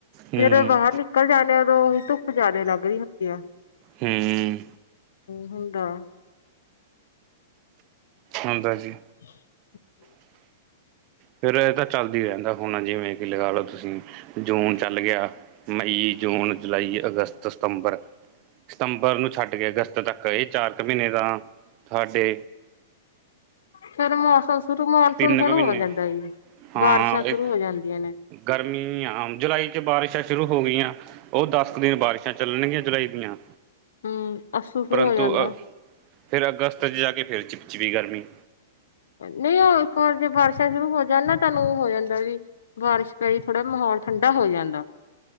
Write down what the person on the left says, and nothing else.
ਜਦੋਂ ਬਾਹਰ ਨਿਕਲ ਜਾਂਦੇ ਉਦੋਂ ਧੁੱਪ ਜਿਆਦਾ ਲੱਗ ਰਹੀ ਹੁੰਦੀ। ਹੂੰ
ਹੁੰਦਾ
<inaudible>
ਫਿਰ ਮੌਸਮ ਸ਼ੁਰੂ ਮਨਸੂਨ
ਸ਼ੁਰੂ
ਹੋ ਜਾਂਦਾ ਜੀ
ਬਾਰਿਸ਼ਾਂ ਸ਼ੁਰੂ
ਹੋ ਜਾਂਦੀਆਂ ਨੇ।
ਹੂੰ ਅੱਸੂ ਸ਼ੁਰੂ
ਹੋ ਜਾਂਦਾ।
ਨਹੀਂ ਉਹ ਇੱਕ ਵਾਰ ਜੇ ਬਾਰਸ਼ਾਂ ਸ਼ੁਰੂ ਹੋ ਜਾਣ ਨਾ ਤਹਾਨੂੰ ਉਹ ਹੋ ਜਾਂਦਾ ਜੀ ਬਾਰਿਸ਼ ਪਈ ਥੋੜ੍ਹਾ ਮਾਹੌਲ ਠੰਢਾ ਹੋ ਜਾਂਦਾ।